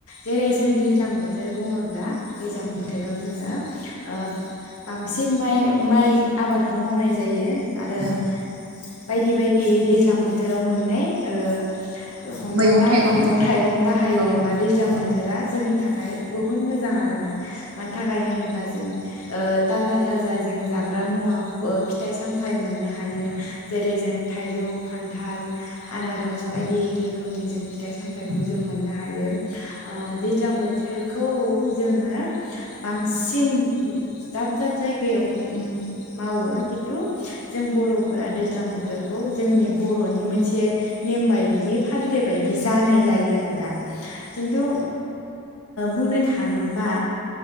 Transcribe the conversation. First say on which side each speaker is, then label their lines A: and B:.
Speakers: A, on the left; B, on the right.
A: जेरै जों दैज्लां बोथोर बुङोब्ला दैज्लां
B: उम
A: बोथोराव जोङो ओ बांसिन माइ माइ आबाद खौ मावनाय जायो आरो
B: औ
A: बायदि बायदि दैज्लां बोथोराव मोननाय ओ हमना
B: मैगं
A: ला
B: थाइगं
A: मेगं थाइगं बाहायो
B: औ
A: बा दैज्लां
B: औ
A: बोथोरा जोंनि था थाखाय बुहुत मोजां आरोना मानि थाखाय होनोब्ला जों थाजा थाजा जों जाग्रा मुवा फिथाइ सामथाय मोननो ह हायो
B: औ
A: जेरै जों थाइजौ खान्थाल आनारस
B: अ
A: बायदि रोखोमनि जों फिथाइ सामथाइखौ
B: उम
A: जों मोननो हायो दैज्लां बोथोरखौ जोङो बांसिन दाब दाब जायगायाव मावो खिन्थु जों बर'फोरा दैज्लां बोथोरखौ जोंनि बर'नि मोनसे नेम बायदियै फालिनाय बायदि जानाय जायो आरो दा खिन्थु बुंनो थाङोबा